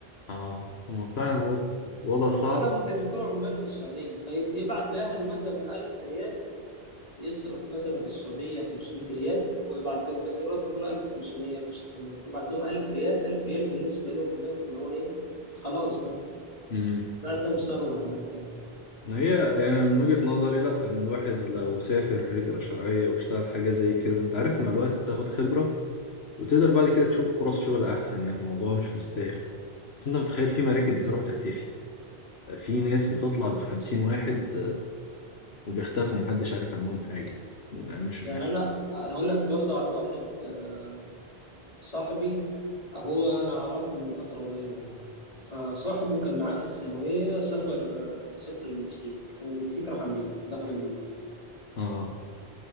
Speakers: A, on the left (about 75°); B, on the left (about 35°).
A: اه هو فعلا الوضع الوضع صعب
B: اغلبهم كانوا بيكونوا عمال في السعوديه فيبعت لاهله مثلا 1000 ريال يصرف مثلا في السعودية 500 ريال ويبعت لهم مثلا راتبه يكون 1500 1600 يبعت لهم 1000 ريال 1000 ريال بالنسبة لهم هناك إن هو إيه خلاص بقى
A: امم
B: بعت لهم ثروة هناك يعني
A: هي يعني من وجهة نظري لا ان الواحد لو سافر هجرة شرعية واشتغل حاجة زي كده انت عارف مع الوقت بتاخد خبرة وتقدر بعد كده تشوف فرص شغل احسن يعني الموضوع مش مستاهل بس انت متخيل في مراكب بتروح تختفي في ناس بتطلع بالخمسين واحد وبيختفوا محدش عارف عنهم حاجة لا، أنا مش
B: يعني
A: معاهم
B: أنا أنا هقول لك برضه على واحد آه، صاحبي هو أنا أعرفه من فترة قريبة يعني فصاحبه كان معاه في الثانوية سافر سافر المكسيك والمكسيك راح أمريكا دخل أمريكا
A: اه